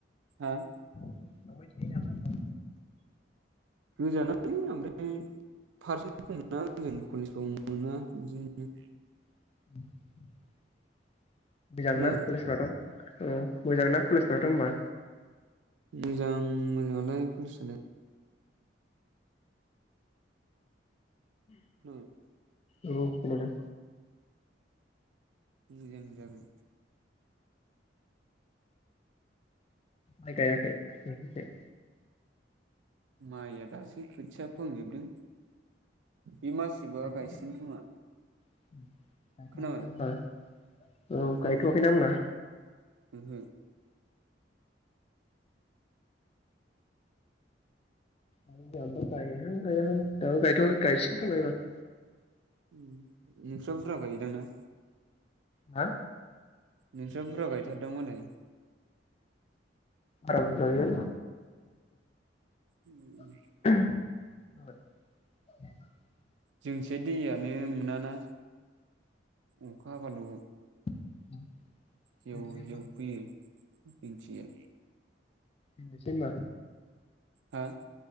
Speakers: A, on the right; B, on the left.
A: हा।
B: थांबाय थायो नामा होन दां?
A: गोजान ओमफ्राय फारसेन खमना जों कलेजाव मोना बिदिनो।
B: <inaudible> बेगांना
A: खोनाबाय
B: कलेज फ्राथ' अ मोजांना कलेजफ्राथ होनबा?
A: मोजां मोजाङालाय कलेजसालाय। <unintelligible>
B: औ खोनादों।
A: मोजां जागोन।
B: माय गायाखै नोंसिनिथिं?
A: माइया दासो खोथिया फोहांजोबदों। बे मास जोबबा
B: गायथ'वाखै
A: गायसिगोन खोमा।
B: <inaudible> गायथवाखैना
A: खोनाबाय
B: होनबा औ
A: ओहो
B: गायथवाखैना होनबा।
A: ओहो।
B: जोंहाबो गाइहां गायाहां दाबो गाइथ'वाखै गायसिगोन खोमा एबार।
A: उम उम। नोंस्रा बुरजा गायोदांना?
B: हा?
A: नोंस्रा बुरजा गायथारदों मालाय।
B: बारा बुरजा गैयालै
A: उम उम।
B: <unintelligible>
A: जोंथिं दैयानो मोनाना अखा हाबाल।
B: <inaudible>
A: जेव
B: दोनसै होमबा
A: जेव फोयो। दिनथियो
B: दोनोसै होनबा।
A: हा?